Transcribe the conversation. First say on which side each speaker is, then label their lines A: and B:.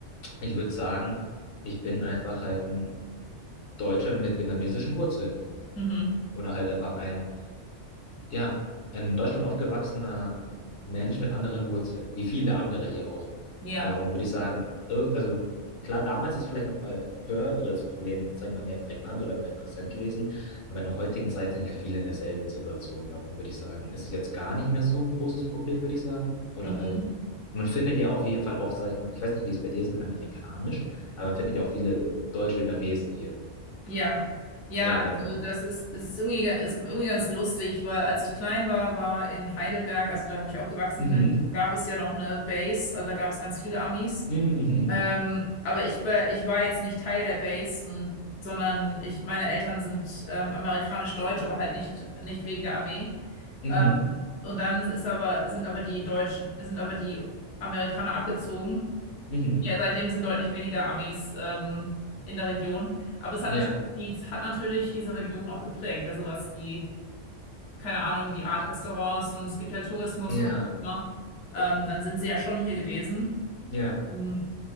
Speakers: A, on the left; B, on the left.
A: ich würde sagen, ich bin einfach halt ein Deutscher mit vietnamesischen Wurzeln
B: Mhm.
A: oder halt einfach ein Ja, ein in Deutschland aufgewachsener Mensch mit anderen Wurzeln, wie viele andere hier auch.
B: Ja.
A: Darum würde ich sagen, äh, also klar, damals ist vielleicht nochmal höher oder das Problem, sag ich mal, mehr prägnant oder mehr präsent gewesen, aber in der heutigen Zeit sind ja viele in derselben Situation. Darum würde ich sagen, ist es jetzt gar nicht mehr so ein großes Problem, würde ich sagen. Oder
B: Mhm.
A: halt, man findet ja auf jeden Fall auch, sag ich mal, ich weiß nicht, wie es bei dir ist mit Amerikanisch, aber man findet ja auch viele Deutsch-Vietnamesen hier.
B: Ja, ja,
A: Ja, genau.
B: also das ist, es ist irgendwie, ist irgendwie ganz lustig, weil als ich klein war, war in Heidelberg, also da, wo ich aufgewachsen
A: Mhm.
B: bin, gab es ja noch eine Base, also da gab es ganz viele Amis.
A: Mhm. Mhm.
B: Ähm, aber ich, be- ich war jetzt nicht Teil der Base, und, sondern ich, meine Eltern sind ähm, amerikanisch-deutsch, aber halt nicht, nicht wegen der Armee.
A: Mhm.
B: Ähm, und dann ist aber, sind aber die Deutschen, sind aber die Amerikaner abgezogen.
A: Mhm.
B: Ja, seitdem sind deutlich weniger Amis ähm, in der Region. Aber es hat
A: Ja.
B: natürlich, die, es hat natürlich diese Region auch geprägt. Also was die, keine Ahnung, die Art Restaurants und es gibt ja Tourismus
A: Ja,
B: und so immer. Ähm, dann sind sie ja schon hier gewesen.
A: ja.
B: Hm.